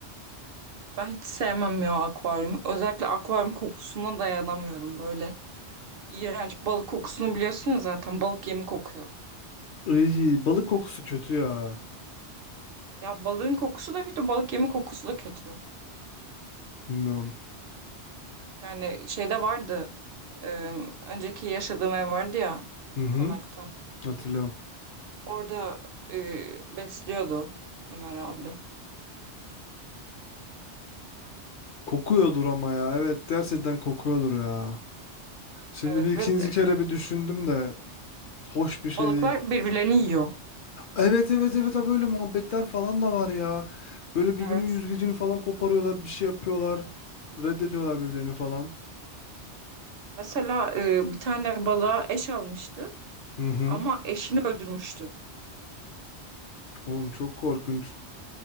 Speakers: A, on the right; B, on the left.
A: Ben hiç sevmem ya akvaryum. Özellikle akvaryum kokusuna dayanamıyorum böyle. İğrenç balık kokusunu biliyorsunuz zaten balık yemi kokuyor.
B: Iy, balık kokusu kötü ya.
A: Ya balığın kokusu da kötü, balık yemi kokusu da kötü.
B: Bilmiyorum.
A: Yani şeyde vardı, e, önceki yaşadığım ev vardı ya,
B: Hı hı,
A: konakta.
B: hatırlıyorum.
A: Orada e, besliyordu Ömer abi.
B: Kokuyordur ama ya. Evet gerçekten kokuyordur ya. Şimdi
A: Evet
B: bir ikinci
A: ve b-
B: kere bir düşündüm de hoş bir şey
A: balıklar
B: değil.
A: birbirlerini yiyor.
B: Evet evet evet ha böyle muhabbetler falan da var ya. Böyle birbirinin
A: Evet.
B: yüzgecini falan koparıyorlar, bir şey yapıyorlar. Reddediyorlar birbirlerini falan.
A: Mesela e, bir tane balığa eş almıştı
B: Hı hı.
A: ama eşini öldürmüştü.
B: Oğlum çok korkunç.